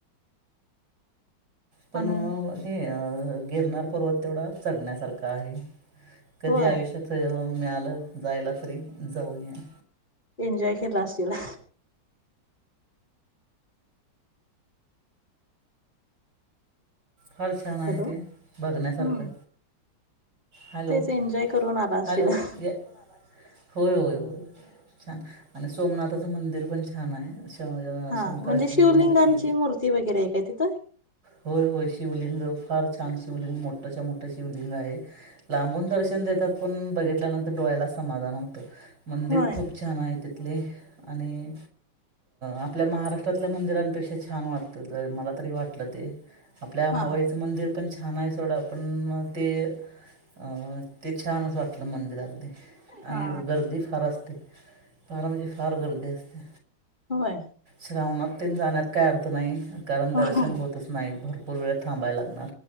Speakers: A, on the right; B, on the left.
A: पणं
B: आणि
A: हे गिरनांर पर्वत तेवढां चढण्यांसारखां आहे. कधीं
B: होय
A: आयुष्यांत मिळालं जांयला तरी जाऊंन यां.
B: एन्जॉय केलां असेलं
A: फांर छांन आहे
B: हॅलो
A: ते बघण्यांसारखं.
B: हम्म
A: हॅलो
B: तेच एन्जॉय करून आला असशीला
A: हॅलो ज होयं होयं होयं छांन आणि सोमनांथाचं मंदिरं पणं छांन आहे असं
B: हा
A: शंकरांची
B: म्हणजे शिवलिंगांची
A: मूर्ती
B: मूर्ती वगैरे आहे काय तिथं
A: होयं होयं शिवलिंग फांर छांन शिवलिंग मोठ्यांच्या मोठ्यां शिवलिंग आहे. लांबून दर्शन देतांत पणं बघितल्यांनंतर डोळ्यांला समाधांन होतं मंदिरं
B: होय
A: खूंप खूंप छांन आहे तिथले आणि आपल्यां महाराष्ट्रातल्यां मंदिरांपेक्षा छांन वाटतं ते मलां तरी वाटलं ते आपल्यां अंबाबाईचं
B: हा
A: मंदिर पणं छांन आहे सोडं पणं ते अं ते छांन असं वाटलं मंदिरं अगदी आणि
B: हा
A: गर्दी फांर असतें फांर म्हणजे फांर गर्दी असतें.
B: होय
A: श्रावणांत ते जाण्यांत कायं अर्थ नाहीं कारणं दर्शन
B: हा
A: होतंच नाहीं भरंपूर भरंपूर वेळं थांबाय लागणांर